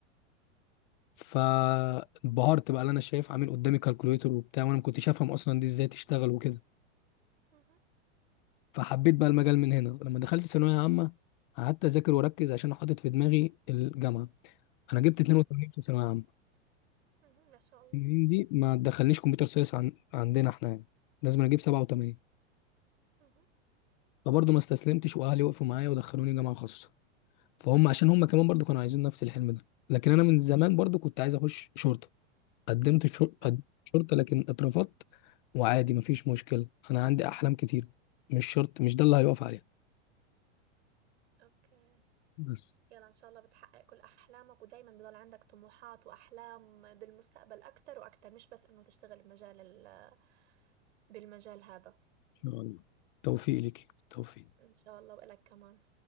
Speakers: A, on the left; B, on the right.
A: فانبهرت بقى اللي أنا شايف عامل قدامي كالكوليتور وبتاع وأنا ما كنتش أفهم أصلا دي إزاي تشتغل وكده
B: مهم،
A: فحبيت بقى المجال من هنا لما دخلت ثانوية عامة قعدت أذاكر وأركز عشان حاطط في دماغي الجامعة أنا جبت 82
B: مهم،
A: في ثانوية عامة
B: مهم، ما شاء الله
A: 82 دي ما تدخلنيش كمبيوتر ساينس عن... عندنا إحنا يعني لازم أنا أجيب 87
B: مهم.
A: فبرضه ما استسلمتش وأهلي وقفوا معايا ودخلوني جامعة خاصة فهم عشان هم كمان برضو كانوا عايزين نفس الحلم ده لكن انا من زمان برضو كنت عايز اخش شرطه قدمت شر- قد-
B: حلو.
A: شرطه لكن اترفضت وعادي مفيش مشكله انا عندي احلام كتير مش شرط مش ده اللي هيقف عليها
B: اوكي
A: بس
B: يلا ان شاء الله بتحقق كل احلامك ودايما بضل عندك طموحات واحلام بالمستقبل اكتر واكتر مش بس انه تشتغل بمجال ال- بالمجال هذا
A: ان شاء الله توفيق ليك توفيق
B: ان شاء الله والك كمان